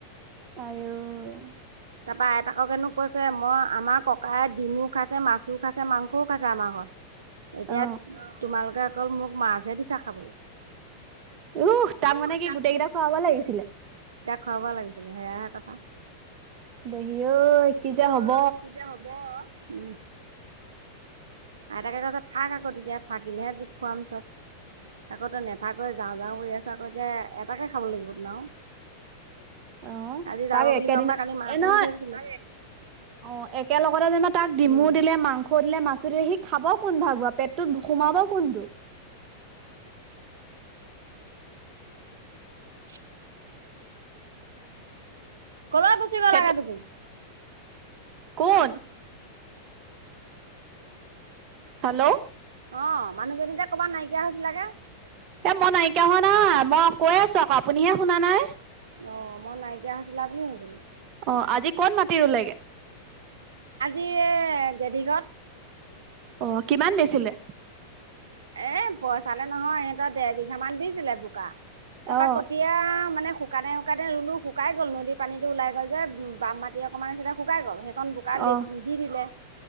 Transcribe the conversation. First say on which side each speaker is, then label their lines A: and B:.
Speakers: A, on the right; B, on the right.
A: ত
B: তাৰপৰা আইতাককেনো কৈছে মই আমাৰ ককাই ডিমো খাইছে মাছো খাইছে মাংসও খাইছে আমাৰ ঘৰত এতিয়া
A: অ
B: তোমালোকে অকল মোক মাছহে দিছা খাবলৈ
A: উ তাক
B: উহ
A: মানে কি গোটেই কেইটা খোৱাব লাগিছিলে
B: খাব লাগিছিলে সেয়াহে কথা
A: দেহিও কি
B: অই
A: যে হব
B: কি যে হ'ব উম আইতাকে কৈছে থাক আকৌ তেতিয়া থাকিলেহে খুৱাম চব আকৌ নে কথা কৈ যাওঁ যাওঁ চা এতিয়া এটাকে খাব লাগিব তোন
A: অ
B: আজি
A: তাকে
B: যাব বুলি
A: একেদিন
B: গম পা কালি মাছ
A: এ নহ
B: আনি থৈ দিছিলে
A: অ একেল লগগতে যেনা তাক ডিমু
B: উম।
A: দিলে মাংস দিলে মাছ দিলে সিক খাব কোন ভাগ বাও পেটটোত সোমাব কোনটো
B: <unintelligible> কল গুচি গ'লগে
A: সেইটো
B: তুমি
A: কোন হেল্ল'
B: অ মানুহজনীতে কৰ'বাত নাইকিয়া হৈছিলাগে
A: এ মই নাইকিয়া হোৱা নাই মই কৈ আছো আকৌ আপুনিহে শুনা নাই।
B: অ, মই নাইকিয়া হৈছিলা বুলি ভাবিলোঁ।
A: অ, আজি ক'ত মাতি ৰুলেগে?
B: য়ে গদীগাঁৱত।
A: অ, কিমান দিছিলে?
B: এ পইচালে নহয় সিহঁতৰ দেৰ বিঘা মান দিছিলে বোকা তাৰাপা
A: অ
B: কতিয়া মানে শুকানে, শুকানে ৰুলো শুকাই গ'ল নদী পানীতো ওলাই গ'ল যে বাম মাটি অকণমানি শুকাই গ'ল। এন বোকা
A: অ
B: দি'দিলে